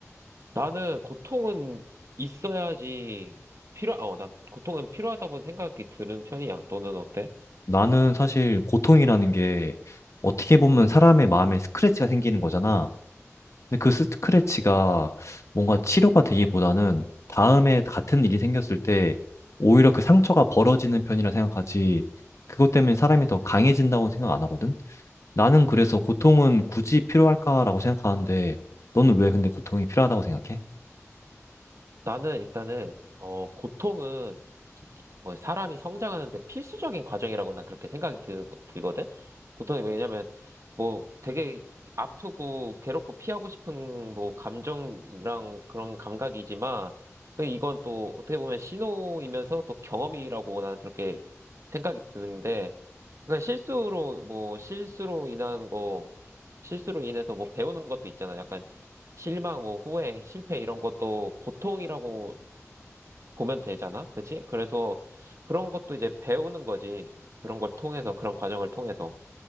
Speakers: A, on the right; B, on the left.
A: 나는 고통은 있어야지 필요, 어, 난 고통은 필요하다고 생각이 드는 편이야. 너는 어때?
B: 나는 사실 고통이라는 게 어떻게 보면 사람의 마음에 스크래치가 생기는 거잖아. 근데 그 스크래치가 뭔가 치료가 되기보다는 다음에 같은 일이 생겼을 때 오히려 그 상처가 벌어지는 편이라 생각하지 그것 때문에 사람이 더 강해진다고는 생각 안 하거든? 나는 그래서 고통은 굳이 필요할까라고 생각하는데 너는 왜 근데 고통이 필요하다고 생각해?
A: 나는 일단은, 어, 고통은 뭐 사람이 성장하는데 필수적인 과정이라고 난 그렇게 생각이 들, 들거든? 고통이 왜냐면, 뭐 되게 아프고 괴롭고 피하고 싶은 뭐 감정이랑 그런 감각이지만, 그 이건 또 어떻게 보면 신호이면서 또 경험이라고 나는 그렇게 생각이 드는데, 그러니까 실수로 뭐 실수로 인한 거 실수로 인해서 뭐 배우는 것도 있잖아. 약간 실망, 뭐 후회, 실패 이런 것도 고통이라고 보면 되잖아. 그치? 그래서 그런 것도 이제 배우는 거지. 그런 걸 통해서 그런 과정을 통해서